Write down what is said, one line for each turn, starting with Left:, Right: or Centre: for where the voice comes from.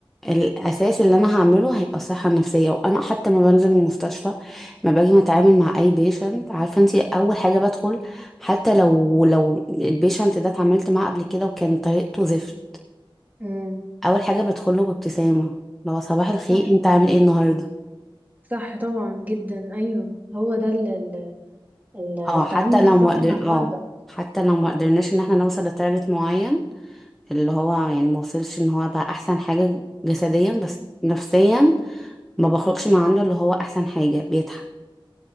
Centre: الاساس اللي انا هعمله هيبقى الصحه النفسيه وانا حتى ما بنزل من المستشفى ما باجي متعامل مع اي بيشنت عارفه انت اول حاجه بدخل حتى لو لو البيشنت ده اتعاملت معاه قبل كده وكان طريقته زفت
Right: مم.
Centre: اول حاجه بدخله بابتسامه لو صباح الخير
Right: صح
Centre: انت عامل ايه النهارده
Right: صح طبعا جدا ايوه هو ده ال-
Centre: اه
Right: التعامل
Centre: حتى
Right: الصح
Centre: لو ما قدر
Right: مع المرضى
Centre: اه حتى لو ما قدرناش ان احنا نوصل لتارجت معين اللي هو يعني ما وصلش ان هو بقى احسن حاجة جسديا بس نفسيا ما بخرجش من عنده اللي هو احسن حاجة بيتعب